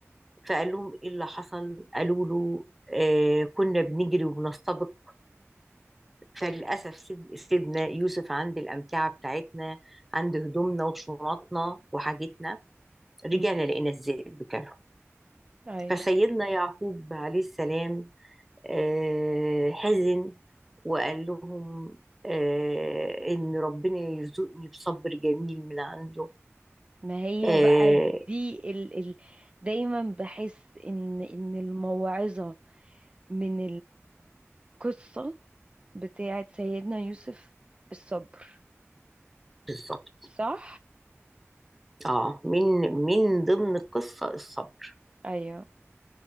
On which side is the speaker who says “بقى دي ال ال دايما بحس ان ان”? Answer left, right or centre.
Right